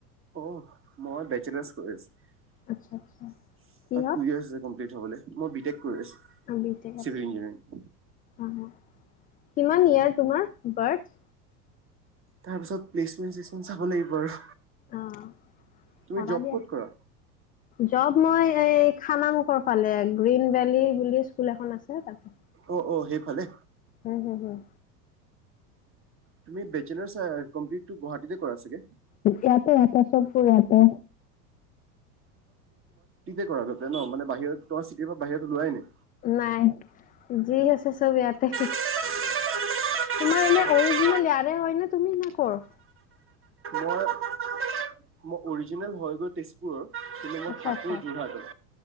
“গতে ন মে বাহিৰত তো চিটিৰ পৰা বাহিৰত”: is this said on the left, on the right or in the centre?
Right